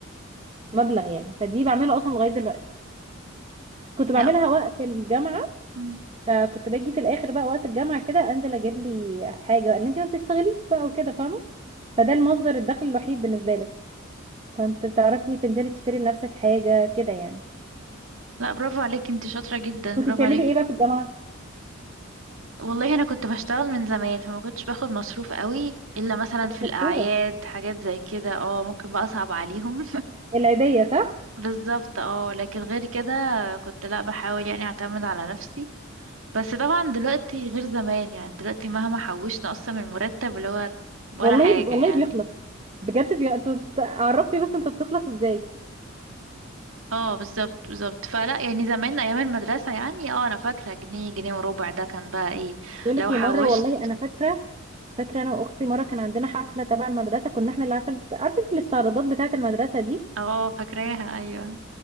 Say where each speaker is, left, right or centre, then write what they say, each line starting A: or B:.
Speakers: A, on the right (about 30°); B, on the right (about 75°).
A: مبلغ يعني فدي بعملها اصلا لغايه دلوقتي كنت بعملها
B: لا
A: وقت الجامعه
B: مم.
A: فكنت باجي في الاخر بقى وقت الجامعه كده انزل اجيب لي حاجه بقى اللي انت ما بتشتغليش بقى وكده فاهمه فده المصدر الدخل الوحيد بالنسبه لك كنت بتعرفي تنزلي تشتري لنفسك حاجه كده يعني
B: لا برافو عليك انت شاطره جدا
A: كنت
B: برافو
A: بتعملي
B: عليك
A: ايه بقى في الجامعه
B: والله انا كنت بشتغل من زمان فما كنتش باخد مصروف قوي الا مثلا
A: كنت
B: في الاعياد
A: شطوره
B: حاجات زي كده اه ممكن بقى اصعب عليهم
A: العيديه صح
B: <laughs> بالظبط اه لكن غير كده كنت لا بحاول يعني اعتمد على نفسي بس طبعا دلوقتي غير زمان يعني دلوقتي مهما حوشنا اصلا من مرتب اللي هو ولا
A: والله
B: حاجه
A: والله
B: يعني
A: بيخلص بجد بي... انتوا ت- عرفني بس انت بتخلص ازاي
B: اه بالظبط بالظبط فلا يعني زمان ايام المدرسه يعني اه انا فاكره جنيه جنيه وربع ده كان بقى ايه
A: بقول
B: لو
A: لك
B: حوشت
A: ايه مره والله انا فاكره فاكره انا واختي مره كان عندنا حفله تبع المدرسه كنا احنا اللي عارفه عارفه انت الاستعراضات بتاعه المدرسه دي
B: اه فاكراها ايوه